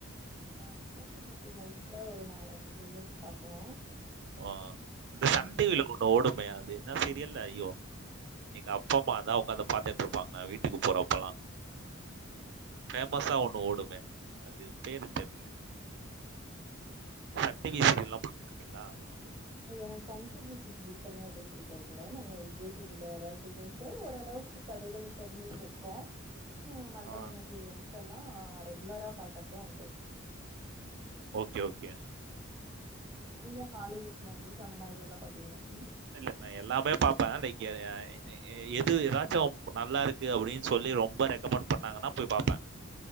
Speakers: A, on the right; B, on the right.
A: நா விஜய் டி வி சீரியல்ஸ்லா ஒரு நாலஞ்சு சீரியல்ஸ் பாப்போ
B: ஆ இந்த சன்
A: ம்
B: டி வி ல கூட ஓடு மே அது என்ன சீரியல் ஐயோ எங்கப்பா அம்மாலா ஒக்காந்து பாத்துட்ருப்பாங்க நா வீட்டுக்கு போறப்பல்லா
A: ம்
B: ஃபேமஸ்ஸா ஒன்னு ஓடுமே அது பேரு
A: விஜய் டிவி
B: தெர்ல சன் டி வி சீரியல்லா பாக் மாட்டீங்களா
A: <inaudible> எனக் சன் டி வி சீரியல்ஸ் எல்லா எதுவு பிடிக்கறதில்ல நாங்க விஜய் டி வி ல வர சீரியல்ஸ் தா ஓரளவுக்கு கதைகளு தெரிஞ்சு வச்சுர்க்கோ ம் மத்த
B: ஆ.
A: மூணு சீரியல் ஸல்லா ரெகுலரா பாக்கறது உண்டு
B: ஓகே ஓகே
A: ம் நீங்க ஹாலிவுட் மூவிஸ் அந்த மாதிரி எல்லா‌ பாப்பீங்க ம்
B: இல்ல நா எல்லாமே பாப்ப லைக் எ அ எ எ எ எது எதாச்சு நல்லாருக்கு அப்டின் சொல்லி ரொம்ப ரெக்கமண்ட் பண்ணாங்கன்னா போய் பாப்ப